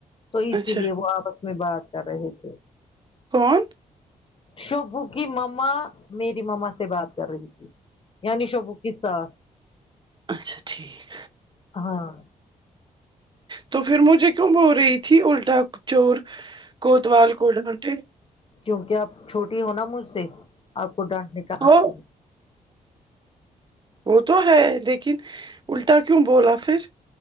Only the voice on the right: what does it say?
اچھا
کون
اچھا ٹھیک
تو پھر مجھے کیوں بول رہی تھی الٹا چور کوتوال کو ڈانٹے
ہو
وہ تو ہے لیکن الٹا کیوں بولا پھر